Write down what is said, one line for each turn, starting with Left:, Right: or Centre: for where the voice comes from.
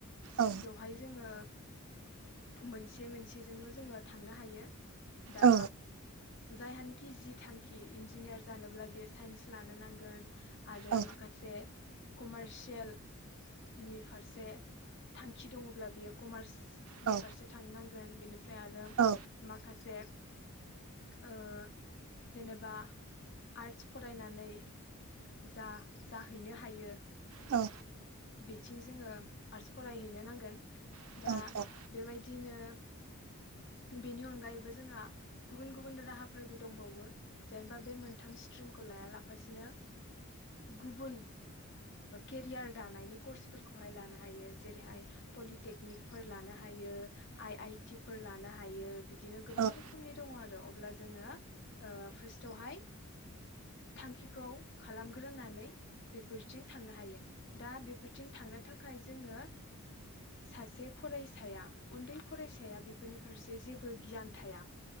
Right: औ
Left: बेवहाय जोङो मोनसे मोनसेजोंल' जोङो थांनो हायो दा।
Right: औ
Left: जायहानिखि जि थांखि इन्जिनियार जानोब्ला बेयो साइन्स लानो नांगोन। आरो
Right: औ
Left: माखासे कमारसियेल नि फारसे थांखि दङब्ला बियो कमार्स
Right: औ
Left: नि फारसे थांनोनांगोन बेनिफ्राय आरो
Right: औ
Left: माखासे ओ जेनेबा आर्टस फरायनानै जा जाहैनो हायो
Right: औ
Left: बिथिं जोङो आर्ट्स फरायहैनो नांगोन,
Right: औ
Left: दा
Right: औ
Left: बेबायदिनो बेनि अनगायैबो जोंहा गुबुन गुबुन राहाफोरबो दंबावो जेनेबा बे मोनथाम स्ट्रि खौ लाया लाफासिनो गुबुन केरियार दानायनि कर्सफोरखौहाय लानो हायो। जेरैहाय पलिटेकनिक फोर लानो हायो आइ आइटि फोर लानो हायो बिदि बिदिनो गोबां
Right: औ
Left: रोखोमनि दङ आरो अब्ला जोङो फार्स्टआवहाय थांखिखौ खालामग्रोनानै बेफोरथिं थांनो हायो दा बेफोरथिं थांनो। थाखाय जोङो सासे फरायसाया उन्दै फरायसाया बेफोरनि फारसे जेबो गियान थाया